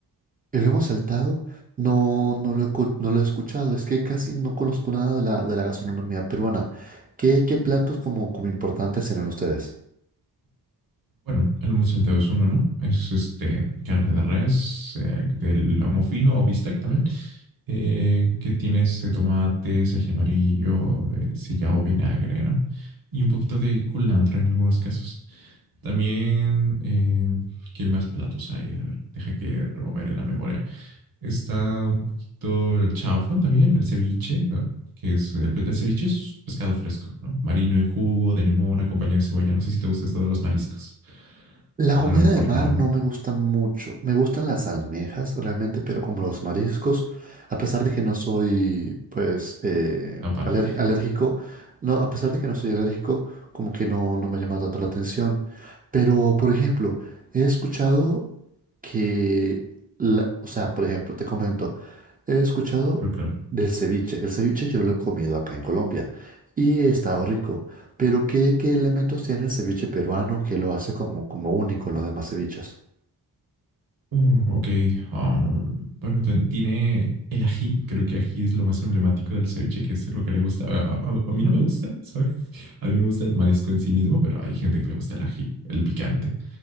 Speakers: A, on the right; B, on the right.
A: El lomo saltado no, no lo he, cu- no lo he escuchado, es que casi no conozco nada de la, de la gastronomía peruana. ¿Qué, qué platos como, como importantes tienen ustedes?
B: Bueno, el lomo saltado es uno, ¿no? Es este, carne de res, eh, del lomo fino o bistec también, eh, que tiene este tomate, ají amarillo, eh, sillao, vinagre, ¿no? Y un poquito de culantro en algunos casos. También, eh, ¿qué más platos hay? A ver, deja que rememore la memoria. Está un poquito el chaufa también, el ceviche, ¿no? que es el, pe- el ceviche es pescado fresco, ¿no? Marino en jugo, de limón, acompañado de cebolla. No sé si te gusta esto de los mariscos.
A: La comida
B: A lo mejor
A: de mar
B: no,
A: no
B: ¿eh?
A: me gusta mucho. Me gustan las almejas realmente, pero como los mariscos, a pesar de que no soy, pues, eh,
B: tan fan.
A: aler- alérgico, no, a pesar de que no soy alérgico, como que no, no me llama tanto la atención. Pero, por ejemplo, he escuchado que, la- o sea, por ejemplo, te comento. He escuchado
B: Pero claro.
A: del ceviche. El ceviche yo lo he comido acá en Colombia y he estado rico. Pero ¿qué, qué elementos tiene el ceviche peruano que lo hace como, como único en los demás ceviches?
B: Mm, ok. ah, bueno, te- tiene el ají. Creo que ají es lo más emblemático del ceviche, que es lo que le gusta. A, a- a- a mí no me gusta, ¿sabes? <laughs> A mí me gusta el marisco en sí mismo, pero hay gente que le gusta el ají, el picante.